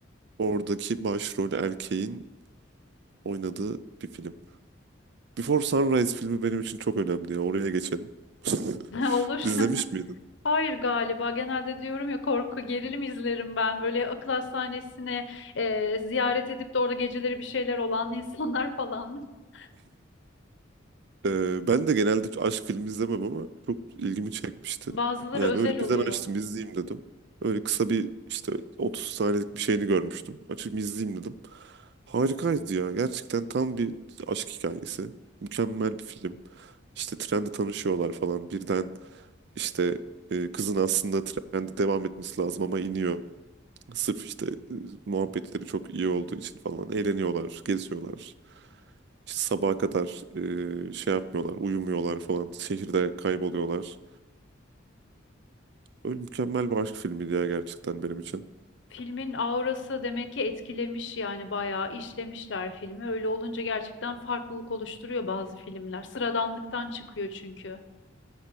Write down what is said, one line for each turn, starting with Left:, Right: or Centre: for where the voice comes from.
Right: Oradaki başrol erkeğin oynadığı bir film. Before Sunrise filmi benim için çok önemli ya. Oraya geçelim. <laughs>
Left: <laughs> olur.
Right: İzlemiş
Left: <laughs>
Right: miydin?
Left: Hayır galiba. Genelde diyorum ya korku, gerilim izlerim ben. Böyle akıl hastanesine e, ziyaret edip de orada geceleri bir şeyler olan insanlar falan. <laughs>
Right: Ee, ben de genelde aşk filmi izlemem ama çok ilgimi çekmişti.
Left: Bazıları
Right: Yani
Left: özel
Right: öyle
Left: oluyor.
Right: birden açtım izleyeyim dedim. Öyle kısa bir işte 30 saniyelik bir şeyini görmüştüm. Açıp izleyeyim dedim. Harikaydı ya. Gerçekten tam bir aşk hikayesi. Mükemmel bir film. İşte trende tanışıyorlar falan. Birden işte e, kızın aslında trende devam etmesi lazım ama iniyor. Sırf işte e, muhabbetleri çok iyi olduğu için falan eğleniyorlar, geziyorlar. İşte sabaha kadar e, şey yapmıyorlar, uyumuyorlar falan. Şehirde kayboluyorlar. Öyle mükemmel bir aşk filmiydi ya gerçekten benim için.
Left: Filmin aurası demek ki etkilemiş yani bayağı işlemişler filmi. Öyle olunca gerçekten farklılık oluşturuyor bazı filmler. Sıradanlıktan çıkıyor çünkü.